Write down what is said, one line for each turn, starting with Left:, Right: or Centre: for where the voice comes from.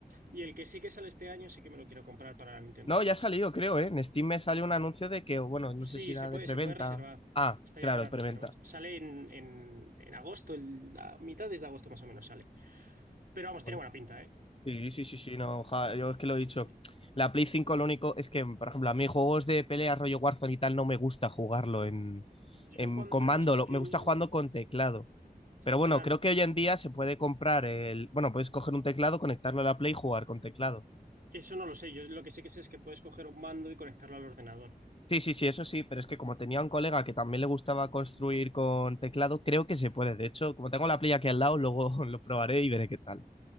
Right: Y el que sí que sale este año sí que me lo quiero comprar para la Nintendo
Left: No,
Right: Switch.
Left: ya ha salido, creo, ¿eh? En Steam me salió un anuncio de que, bueno, no
Right: Sí,
Left: sé si era
Right: se puede,
Left: de preventa.
Right: se puede reservar.
Left: Ah,
Right: Está
Left: claro,
Right: ya para
Left: es preventa.
Right: reservas. Sale en, en, en agosto, el- la mitad de agosto más o menos sale. Pero vamos,
Left: Joder.
Right: tiene buena pinta, ¿eh?
Left: Sí, sí, sí, sí, no, ja, yo es que lo
Right: O
Left: he dicho.
Right: sea, sí.
Left: La Play 5 lo único es que, por ejemplo, a mí juegos de pelea rollo Warzone y tal no me gusta jugarlo en,
Right: Yo
Left: en
Right: cuando
Left: con
Right: era
Left: mando,
Right: más pequeño,
Left: lo- me gusta jugando con teclado. Pero bueno,
Right: claro,
Left: creo que hoy en día se puede comprar el, bueno, puedes coger un teclado, conectarlo a la Play y jugar con teclado.
Right: eso no lo sé. Yo lo que sé que sé es que puedes coger un mando y conectarlo al ordenador.
Left: Sí, sí, sí, eso sí, pero es que como tenía un colega que también le gustaba construir con teclado, creo que se puede. De hecho, como tengo la playa aquí al lado, luego <laughs> lo probaré y veré qué tal.